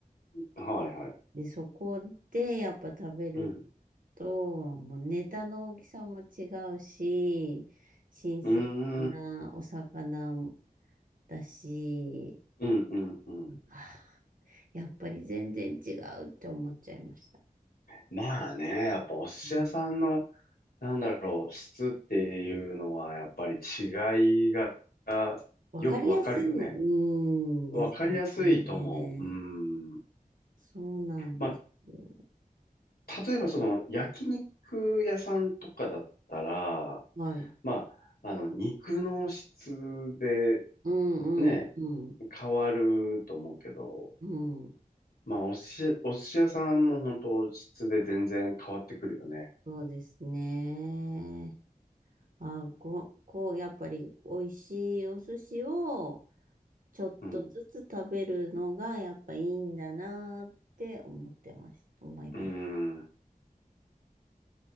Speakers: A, on the left; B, on the right.
A: はいはい。
B: で、そこでやっぱ食べる
A: うん。
B: と、もうネタの大きさも違うし、新鮮なお魚
A: うーん。
B: だし、
A: うん、うん、うん。
B: はあやっぱり全然違うって思っちゃいました。
A: まあね、やっぱお寿司屋さんの、
B: うん
A: なんだろう、質っていうのは、やっぱり違いが
B: わかりやすい、
A: よくわかるよね。
B: うん、
A: わかりやすいと思う。
B: ですね。
A: うん。
B: そうなんですよ。
A: まあ、例えばその焼肉屋さんとかだったら、
B: はい。
A: まあ、あの、肉の質で
B: うんうんうん。
A: ね、変わると思うけど、
B: うん。
A: まあ、お寿司、お寿司屋さんも本当質で全然変わってくるよね。
B: そうですね。あ、こう、こう、やっぱり美味しいお寿司をちょっとずつ食べるのがやっぱいいんだなって思ってます。
A: うん。
B: 思います。
A: うん。うん。